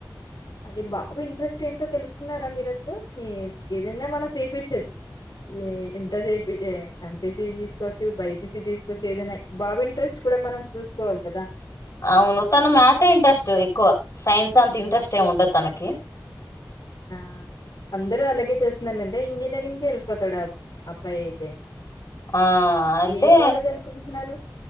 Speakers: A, on the left (about 65°); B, on the left (about 45°).
A: అదీ బాబు ఇంట్రెస్ట్ ఏంటో తెలుసుకున్నారా మీరు అసలు ఈ ఏదైనా మనం చేపించచ్చు ఈ ఇంటర్ చేపియే ఎంపీసీ తీసుకోవచ్చు బైపిస్ తీసుకోచ్చు ఏదైనా బాబు ఇంట్రెస్ట్ ఇప్పుడె మనం చూసుకోవాలి కదా
B: అవును తను మ్యాసే ఇంట్రెస్ట్ ఎక్కువ సైన్స్ అంత ఇంట్రెస్ట్ ఏమి ఉండదు తనకి
A: ఆ అవునా అందరూ అలాగే చేస్తున్నారు అంటే ఇంజనీరింగ్ కెళ్ళిపోతాడు అబ్బాయి అయితే
B: ఆ అంటే
A: ఏ కాలేజ్ అనుకుంటున్నారు